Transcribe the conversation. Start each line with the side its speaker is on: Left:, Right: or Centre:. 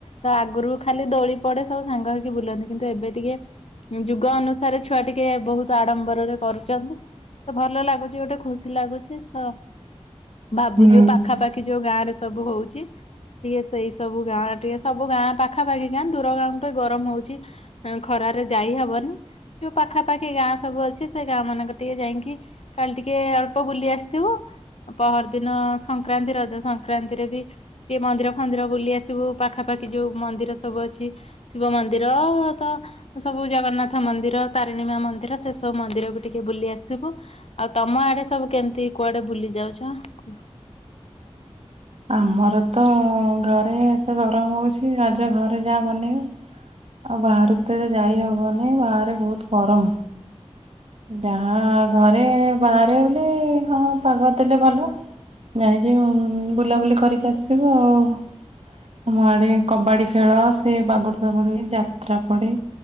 Left: ତ ଆଗୁରୁ ଖାଲି ଦୋଳି ପଡ଼େ ସବୁ ସାଙ୍ଗ ହେଇକି ବୁଲନ୍ତି କିନ୍ତୁ ଏବେ ଟିକିଏ ଉଁ ଯୁଗ ଅନୁସାରେ ଛୁଆ ଟିକିଏ ବହୁତ୍ ଆଡମ୍ବରରେ କରୁଚନ୍ତି। ତ ଭଲ ଲାଗୁଚି ଗୋଟେ ଖୁସି ଲାଗୁଚି ତ ଭାବୁଚୁ
Right: ହୁଁ।
Left: ପାଖାପାଖି ଯୋଉ ଗାଁ ରେ ସବୁ ହଉଚି ଟିକେ ସେଇ ସବୁ ଗାଁ ଟିକେ ସବୁ ଗାଁ ପାଖାପାଖି ଗାଁ ଦୁର ଗାଁକୁ ତ ଗରମ୍ ହଉଚି ଅଁ ଖରାରେ ଯାଇ ହବନି ଯୋଉ ପାଖାପାଖି ଗାଁ ସବୁ ଅଛି ସେ ଗାଁ ମାନଙ୍କରେ ଟିକେ ଯାଇଁକି କାଲି ଟିକେ ଅଳ୍ପ ବୁଲି ଆସିଥିବୁ ପହର୍ ଦିନ ସ ସଂକ୍ରାନ୍ତି ରଜ ସଂକ୍ରାନ୍ତିରେ ବି ଟିକେ ମନ୍ଦିର ଫନ୍ଦିର ବୁଲି ଆସିବୁ ପାଖାପାଖି ଯଉ ମନ୍ଦିର ସବୁ ଅଛି। ଶିବ ମନ୍ଦିର ତ ସବୁ ଜଗନ୍ନାଥ ମନ୍ଦିର ତାରିଣୀ ମା ମନ୍ଦିର ସେ ସବୁ ମନ୍ଦିର ବି ଟିକେ ବୁଲି ଆସିବୁ। ଆଉ ତମ ଆଡେ ସବୁ କେମିତି କୁଆଡେ ବୁଲି ଯାଉଚ କୁହ?
Right: ଆମର ତ ଘରେ ଏତେ ଗରମ୍ ହଉଚି ରଜ ଘରେ ଯାହା ବନେଇବ। ଆଉ ବାହାରକୁ ତ ଏବେ ଯାଇ ହବନି ବାହାରେ ବହୁତ୍ ଗରମ୍। ଯାହା ଘରେ ବାହାରେ ବୁଲିବେ ହଁ ପାଗ ଦେଲେ ଭଲ। ଯାଇକି ଉଁ ବୁଲାବୁଲି କରିକି ଆସିବୁ ଆଉ। ଆମ ଆଡେ କବାଡି ଖେଳ ସେ ବାଗୁଡ୍ ଫାଗୁଡ୍ ହୁଏ ଯାତ୍ରା ପଡେ।